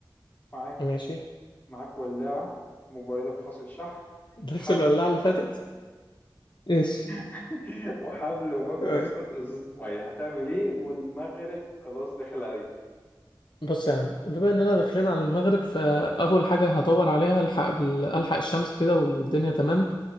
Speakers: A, on the left; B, on the left.
A: معاك
B: ماشي
A: معاك ولاعة موبايلك فاصل شحن
B: <laughs> نفس
A: حبل
B: الولاعة اللي فاتت ماشي
A: <laughs> وحبل وباكو
B: طيب
A: بسكوت وزيت مية هتعمل ايه والمغرب خلاص داخل عليك
B: بص يا عم بما اننا داخلين على المغرب فاول حاجة هدور عليها الحق بال- الحق الشمس كده والدنيا تمام